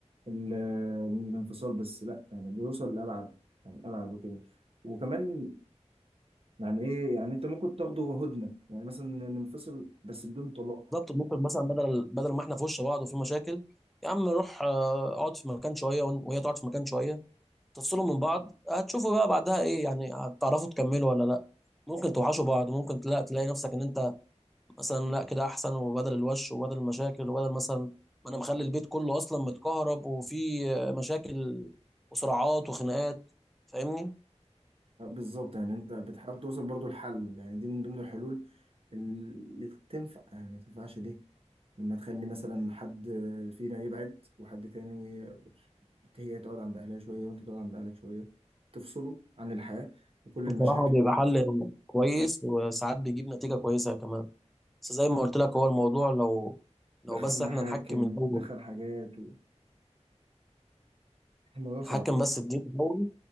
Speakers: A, on the right; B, in the centre.
A: ال- الانفصال بس لا يعني بيوصل لابعد يعني ابعد وكده وكمان يعني ايه يعني انت ممكن تاخده هدنه يعني مثلا ننفصل بس بدون طلاق
B: بالظبط ممكن مثلا بدل بدل ما احنا في وش بعض وفي مشاكل يا عم روح آه، اقعد في مكان شوية ون- وهي تقعد في مكان شوية تفصلوا من بعض هتشوفوا بقى بعدها ايه يعني هتعرفوا تكملوا ولا لا ممكن توحشوا بعض ممكن لا تلاقي نفسك ان انت مثلا لا كده احسن وبدل الوش وبدل المشاكل وبدل مثلا ما انا مخلي البيت كله اصلا متكهرب وفي آه، مشاكل وصراعات وخناقات فاهمني
A: آه، بالظبط يعني انت بتحاول توصل برضو لحل يعني دي من ضمن الحلول اللي تنفع يعني ما تنفعش ليه لما تخلي مثلا حد فينا يبعد وحد تاني هي تقعد عند أهلها شوية وأنت تقعد عند أهلك شوية تفصلوا عن الحياة وكل
B: بصراحة
A: المشاكل
B: بيبقى حل كويس وساعات بيجيب نتيجة كويسة كمان بس زي ما قلت لك هو الموضوع لو لو
A: دخل
B: بس احنا
A: محاكم
B: نحكم الأول
A: دخل حاجات و... الموضوع صعب
B: نحكم بس الدين الأول